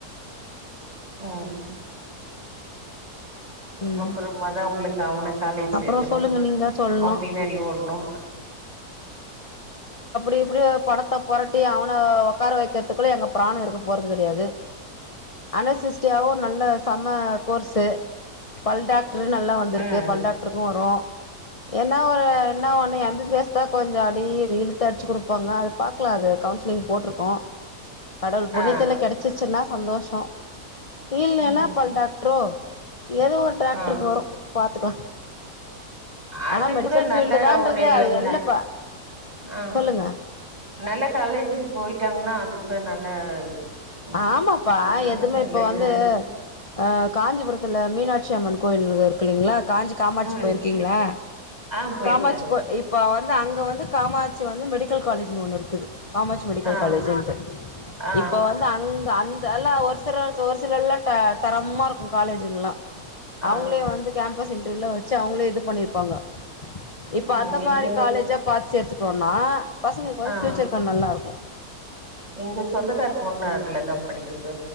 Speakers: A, on the right; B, on the left.
A: ம்
B: ம்
A: அப்புறம தா உங்களுக்கு அவன காலேஜ்சேத்தணு
B: அப்புறோ சொல்லுங்க நீங்கதா சொல்ணு
A: அவபின்னாடி ஓட்ணு
B: இப்படிய பணத்தை பொரட்டி அவனை உட்கார வைக்கிறதுக்குள்ள எங்க பிராண இருக்க போறது கடையாது அனசிஸ்டியாவு நல்ல செம கோர்ஸு பல்டாக நல்லா வந்துருக்கு
A: ம்
B: பல் டாக்ட்ருக்கு வரு என்ன ஒரு என்ன ஒன்னு எம்பிபிஎஸ் தா கொஞ்ச அடி இழுத்து அடிச்சு கொடுப்பாங்க அது பாக்கலா அது கவுன்சிலிங் போட்ருக்கோ கடவுள் புண்ணியத்துல
A: ஆ
B: கடைச்சிச்சுன்னா சந்தோஷ இல்லைன்னா
A: ம்
B: பல் டாக்ட்ரோ எதோ ஒரு டிரராக்ட்ருக்கு
A: ஆ
B: வரு பாத்துக்கலா
A: அது
B: ஆனா மெடிக்கல்
A: கூூட நல்ல
B: ஃபீல்டு தான்றது
A: ஒரு
B: அது
A: என்ன
B: எல்லப்பா
A: ஆ
B: சொல்லுங்க
A: நல்ல காலேஜ் போயிட்டாங்கன்னா அது கூட நல்ல ம்
B: ஆமாப்பா எதுமே
A: நல்ல
B: இப்போ
A: இது
B: வந்து
A: இது
B: அ காஞ்சிபுரத்துல மீனாட்சி அம்மன் கோயில் இருக்கு இல்லலைங்களா காஞ்சி காமாட்சி
A: ம்
B: போயிருக்கீங்களா
A: ஆ போயிருக்காங்க
B: காமாட்சி இப்ப வந்து அங்க வந்து காமாட்சி வந்து மெடிக்கல் காலேஜ்னு ஒண்ணு இருக்குது காமட்சி மெடிக்கல்
A: ஆ
B: காலேஜ்ட்டு
A: ஆ
B: இப்போ வந்து அங்க அந்த எல்லா ஒரு சில ஒரு சிலல்லா தரமா இருக்கு காலேஜுங்கல்லா
A: ஆ
B: அவங்களே வந்து கேம்பஸ் இன்டர்வியூல வச்சு அவங்களே இது பண்ணிருப்பாங்க இப்ப
A: ம்
B: அந்த
A: எங்க
B: மாரி காலேஜா பாத்து சேத்துட்டோனா பசங்களுக்கு வந்து
A: ஆ
B: ஃபியூச்சர் கொஜ் நல்லா இருக்கு
A: எங்க சொந்தக்கார பொண்ணு அதுலதா படிக்குது